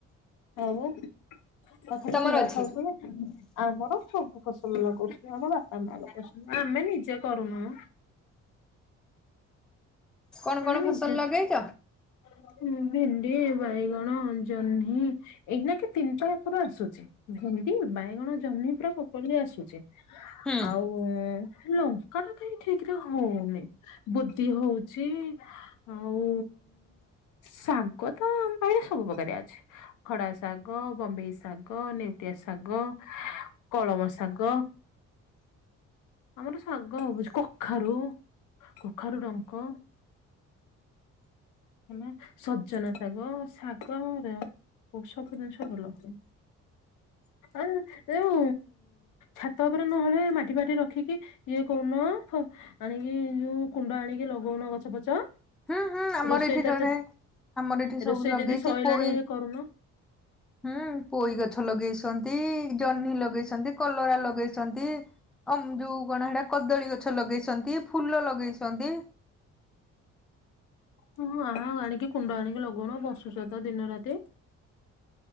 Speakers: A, on the left (about 80°); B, in the centre.
A: ଆଉ କଣ ଖାଲି
B: ତମର
A: କିଣା
B: ଅଛି
A: ଖାଉଛନ୍ତି? ଆମର ସବୁ। ଫସଲ ଲଗଉଛନ୍ତି ଆମ ବାପା ମାଆ ଲଗୋଉଛନ୍ତି ଆମେ ନିଜେ କରୁନୁ ମ।
B: କଣ
A: ଆମେ
B: କଣ
A: ନିଜ
B: ଫସଲ ଲଗେଇଛ?
A: ହୁଁ। ଭେଣ୍ଡି, ବାଇଗଣ, ଜହ୍ନି ଏଇଖିନା କି ତିନିଟା ପୁରା ଆସୁଛି। ଭେଣ୍ଡି ବାଇଗଣ, ଜହ୍ନୀ ପୁରା ପ୍ରପର୍ଲି ଆସୁଛି।
B: ହୁଁ
A: ଆଉ ଲଙ୍କାଟା କାଇଁ ଠିକରେ ହଉନି। ବୋଦି ହଉଚି। ଆଉ ଶାଗ ତ ଆମ ବାଇରେ ସବୁ ପ୍ରକରିଆ ଅଛି। ଖଡାଶାଗ, ବମ୍ବେଇଶାଗ, ନେଉଟିଆଶାଗ, କଳମ ଶାଗ ଆମର ଶାଗ ହବୁଛି। କଖାରୁ କ କଖାରୁ ଡଙ୍କ ହେଲା ସଜନା ଶାଗ ସାଗର ଔଷ ପିରେନ୍ସ ଭଲ ପାଇଁ। ଆଉ ଏଉ ଛାତ ଉପରେ ନହଲେ ମାଟି ଫାଟି ରଖିକି ଇଏ କରୁନ ଫ ଆଣିକି ଯୋଉ କୁଣ୍ଡ ଆଣିକି ଲଗଉନ ଗଛ ପଛ।
B: ହଁ ହଁ ଆମର
A: ରୋଷେଇ
B: ଏଠି
A: ତ
B: ଜଣେ
A: ଏତେ
B: ଆମର ଏଠି
A: ରୋଷେଇ
B: ସବୁ ଲଗେଇଛି
A: ଯଦି ସଇଲାଣି
B: ପୋଇ
A: ଏ କରୁନ।
B: ହୁଁ ପୋଇ ଗଛ ଲଗେଇଛନ୍ତି। ଜହ୍ନି ଲଗେଇଛନ୍ତି, କଲରା ଲଗେଇଛନ୍ତି ଅମ ଯୋଉ କଣ ହେଟା କଦଳୀ ଗଛ ଲଗେଇଛନ୍ତି, ଫୁଲ ଲଗେଇଛନ୍ତି।
A: ହଁ ଆ ଆଣିକି କୁଣ୍ଡ ଆଣିକି ଲଗଉନ ବସୁଚ ତ ଦିନରାତି।